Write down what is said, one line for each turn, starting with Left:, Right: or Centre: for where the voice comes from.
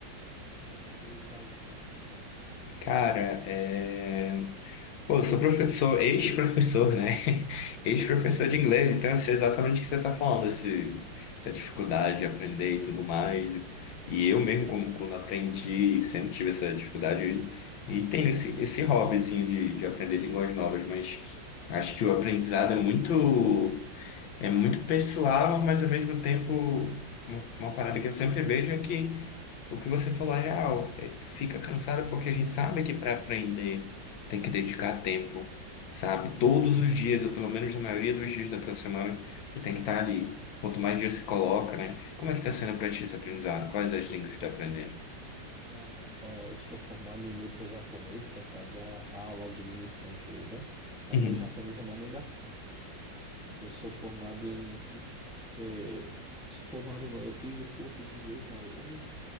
Centre: sabe o inglês básico?
Left: Cara, é... Pô, eu sou professor, ex-professor, né? <laughs> Ex-professor
Centre: Ah, é.
Left: de inglês, então eu sei exatamente o que você está falando, esse, essa dificuldade de aprender e tudo mais. E eu
Centre: Sim,
Left: mesmo, como quando aprendi, sempre tive essa dificuldade e, e tenho esse, esse hobbyzinho de, de aprender línguas novas, mas acho que o aprendizado é muito. É muito pessoal, mas ao mesmo tempo, uma, uma
Centre: sim.
Left: parada que eu sempre vejo é que o que você falou é real. É, fica cansado porque a gente sabe que para aprender tem
Centre: Sim.
Left: que dedicar tempo, sabe?
Centre: Uhum.
Left: Todos os dias, ou pelo menos na maioria dos dias da tua semana, você tem que estar ali. Quanto mais dias você coloca, né? Como é que está sendo para ti esse aprendizado? Quais as línguas que está aprendendo?
Centre: Cara, ó, eu sou formado em letras japonês, que é para dar aula de língua estrangeira, mas
Left: Uhum.
Centre: meu japonês é uma negação. Eu sou formado em, em, eh, sou formado não, eu fiz o curso de inglês na Wizard,